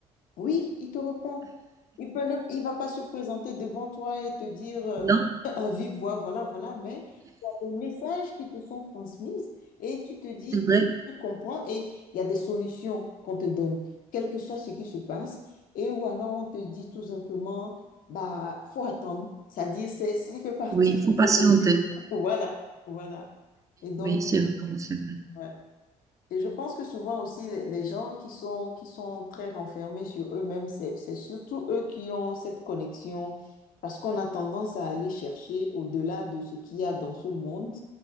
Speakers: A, on the left; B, on the right.
A: Oui, il te répond. Il peut ne- il va pas se présenter devant toi et te dire euh,
B: Non,
A: <laughs> à vive voix, voilà, voilà, mais il y a des messages qui te sont transmises et tu te dis,
B: c'est vrai.
A: tu comprends et il y a des solutions qu'on te donne, quel que soit ce qui se passe. Et ou alors on te dit tout simplement, bah, faut attendre. C'est-à-dire, c'est, ça fait partie
B: Oui, il faut
A: du
B: patienter.
A: processus. <laughs> Voilà, voilà. Et donc,
B: Oui, c'est vrai, c'est vrai.
A: ouais. Et je pense que souvent aussi, les les gens qui sont, qui sont très renfermés sur eux-mêmes, c'est, c'est surtout eux qui ont cette connexion, parce qu'on a tendance à aller chercher au-delà de ce qu'il y a dans ce monde,